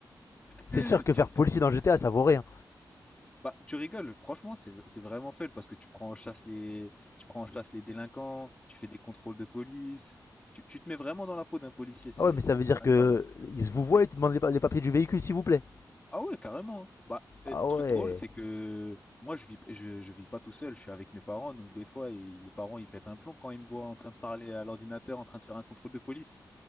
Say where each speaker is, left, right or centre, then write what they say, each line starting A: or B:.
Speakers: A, on the left; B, on the left.
A: C'est
B: <laughs>
A: sûr que
B: Tu-
A: faire policier dans GTA, ça vaut rien.
B: Bah, tu rigoles, franchement, c'est, c'est vraiment fun parce que tu prends en chasse les, tu prends en chasse les délinquants, tu fais des contrôles de police, tu, tu te mets vraiment dans la peau d'un policier, c'est
A: Ah ouais, mais ça
B: c'est-
A: veut
B: c'est
A: dire
B: quand
A: que
B: même pas mal.
A: ils se vous voient et te demandent les, pa- les papiers du véhicule, s'il vous plaît.
B: Ah ouais, carrément. hein. Bah, euh,
A: Ah ouais.
B: truc drôle, c'est que moi, je vis, je, je vis pas tout seul, je suis avec mes parents, donc des fois, ils- les parents, ils pètent un plomb quand ils me voient en train de parler à l'ordinateur, en train de faire un contrôle de police.